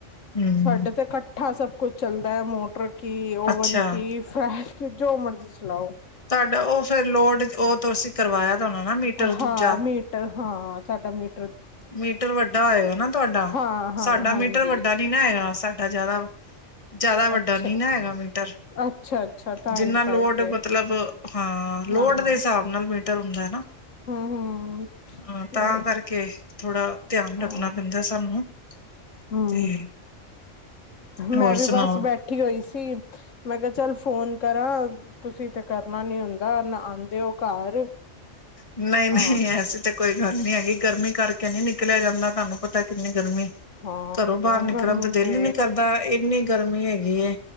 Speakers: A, on the left; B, on the left.
A: ਹੂੰ,
B: ਸਾਡੇ ਤੇ ਇਕੱਠਾ ਸਭ ਕੁਛ ਚੱਲਦਾ ਹੈ ਮੋਟਰ ਕੀ ਓਵਨ
A: ਅੱਛਾ।
B: ਕੀ ਫੈ ਕਿ ਜੋ ਮਰਜ਼ੀ ਚਲਾਓ
A: ਤੁਹਾਡਾ ਉਹ ਫੇਿਰ ਲੋੜ ਉਹ ਤੋਂਸੀਂ ਕਰਵਾਇਆ ਤਾਂ ਉਹਨਾਂ ਨਾ ਮੀਟਰ
B: ਹਾਂ
A: ਦੂਜਾ
B: ਮੀਟਰ ਹਾਂ ਚਾਟਾ ਮੀਟ
A: ਮੀਟਰ ਵੱਡਾ ਹੋਏਗਾ ਨਾ ਤੁਹਾਡਾ
B: ਹਾਂ ਹਾਂ
A: ਸਾਡਾ
B: ਹਾਂਜੀ
A: ਮੀਟਰ ਵੱਡਾ ਨ ਨਾ ਹੈਗਾ ਵਡਾ ਜ਼ਿਆਦਾ ਵ ਜ਼ਿਆਦਾ ਵੱਡਾ
B: ਅੱਛਾ
A: ਨੀ ਨਾ ਹੈਗਾ ਮੀਟਰ
B: ਅੱਛਾ ਅੱਛਾ ਤਾਂ
A: ਜਿੰਨਾ
B: ਹੀ ਕਰਕੇ
A: ਲੋਡ ਮਤਲਬ ਹਾਂ ਲੋੜ
B: ਹਾਂ
A: ਦੇ ਹਿਸਾਬ ਨਾਲ ਮੀਟਰ ਹੁੰਦਾ ਹੈ ਨਾ
B: ਹਮ ਹਮ
A: ਹਾਂ
B: ਤੇ
A: ਤਾਂ ਕਰਕੇ ਥੋੜਾ ਧਿਆਨ
B: ਹਾਂ
A: ਰੱਖਣਾ ਪੈਂਦਾ ਸਾਨੂੰ
B: ਹਮ
A: ਤੇ ਹੋਰ
B: ਮੈਂ ਵੀ
A: ਸੁਣਾਓ।
B: ਬਸ ਬੈਠੀ ਹੋਈ ਸੀ ਮੈਂ ਕਿਹਾ ਚੱਲ ਫੋਨ ਕਰਾਂ ਤੁਸੀਂ ਤੇ ਕਰਨਾ ਨੀ ਹੁੰਦਾ ਨਾ ਤੇ ਉਹ ਘਰ
A: ਨਹੀਂ ਨਹੀਂ
B: ਆਹ
A: ਐਸੀ ਤਾਂ ਕੋਈ ਗੱਲ ਨਹੀਂੀ ਹੈਗੀ ਗਰਮੀ ਕਰਕੇ ਨਹੀਂੀ ਨਿਕਲਿਆ ਜਾਂਦਾ ਤੁਹਾਨੂੰ ਪਤਾ ਕਿੰਨੀ ਗਰਮੀ
B: ਹਾਂ
A: ਘਰੋਂ ਬਾਹਰ ਨਿਕਲਣ
B: ਗਰਮੀ
A: ਦਿਲ
B: ਤੇ
A: ਹੀ ਨੀ ਕਰਦਾ ਇੰਨੀ ਗਰਮੀ ਹੈਗੀ ਏ।